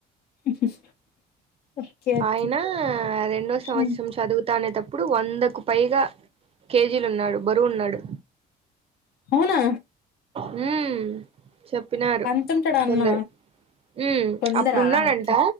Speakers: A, on the left; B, on the right.
A: <inaudible> ఓకే
B: ఆయన రెండో సంవత్సరం
A: ఉమ్
B: చదువ్ తానేటప్పుడు వందకు పైగా కేజీలున్నాడు బరువు ఉన్నాడు
A: అవునా
B: హ్మ్ చెప్పినారు
A: అంతుంటాడా
B: కొందరు
A: అన్న
B: ఉ
A: కొందరా
B: అప్పుడు ఉన్నాడంట
A: ఓకే